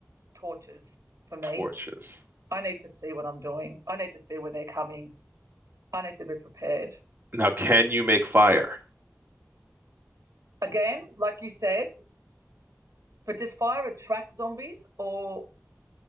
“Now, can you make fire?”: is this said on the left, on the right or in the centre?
Right